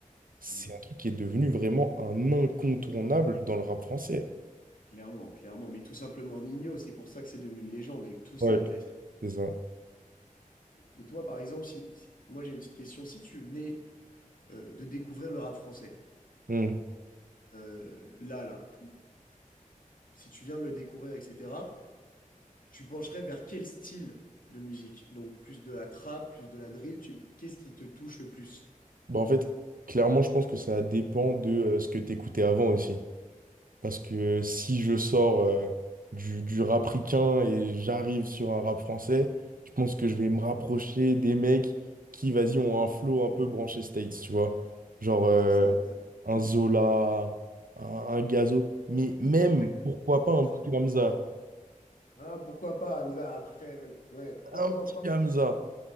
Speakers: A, on the right; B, on the left.
A: C'est
B: Ah bon.
A: un truc qui est devenu vraiment un incontournable dans le rap français.
B: Clairement, clairement. Mais tout simplement Nino, c'est pour ça que c'est devenu une légende avec tous
A: Ouais,
B: ces classiques.
A: c'est ça.
B: Et toi, par exemple, si, si- moi j'ai une petite question, si tu venais euh, de découvrir le rap français,
A: Hmm.
B: euh, là, là, si tu viens de le découvrir, etc., tu pencherais vers quel style de musique? Donc plus de la trap, plus de la drill, tu... qu'est-ce qui te touche le plus?
A: Bah, en fait, clairement, je pense que ça dépend de euh, ce que t'écoutais avant aussi. Parce que si je sors euh, du, du rap ricain et j'arrive sur un rap français, je pense que je vais me rapprocher des mecs qui, vas-y, ont un flow un peu branché States, tu vois. Genre euh,
B: C'est ça,
A: un Zola, un, un Gazo, mais même,
B: exactement.
A: pourquoi pas
B: Le
A: un
B: trap.
A: petit Hamza.
B: Ah, pourquoi pas, Hamza, après, ouais, pourquoi
A: Un petit
B: pas?
A: Hamza.